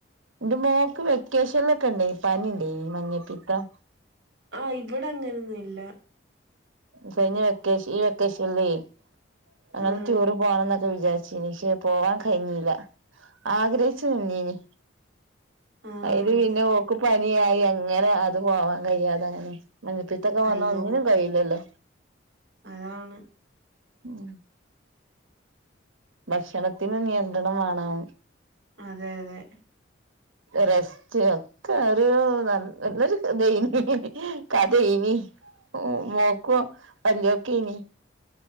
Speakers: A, on the right; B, on the right.
A: ഇന്റെ മോൾക്ക് വെക്കേഷനിലൊക്കെ ഇണ്ടെനി പനി ഈ മഞ്ഞപ്പിത്തം
B: ആഹ് ഇവിടെ അങ്ങനൊന്നും ഇല്ല
A: കഴിഞ്ഞ വെക്കേഷൻ ഈ വെക്കേഷനിലെ ഞങ്ങള്
B: ആഹ്
A: ടൂറ് പോണോന്നൊക്കെ വിചാരിച്ച് ഷേ പോവാൻ കഴിഞ്ഞില്ല ആഗ്രഹിച്ച് നിന്നിനി
B: ആഹ്
A: അയില്‌ പിന്നെ ഓക്ക് പനിയായി അങ്ങനെ അത് പോവാൻ കഴിയാതെ അങ്ങനെ മഞ്ഞപിത്തം ഒക്കെ വന്ന
B: അയ്യോ
A: ഒന്നിനും കയില്ലല്ലോ
B: അതാണ്
A: ഉം ഭക്ഷണത്തിന് നിയന്ത്രണം വേണം
B: അതെ അതെ
A: റെസ്റ്റ് ഒക്കെ ഒരു ന നല്ലൊരു ദൈന കഥ ഇനി മോക്കോ അല്ലോക്കെ ഇനി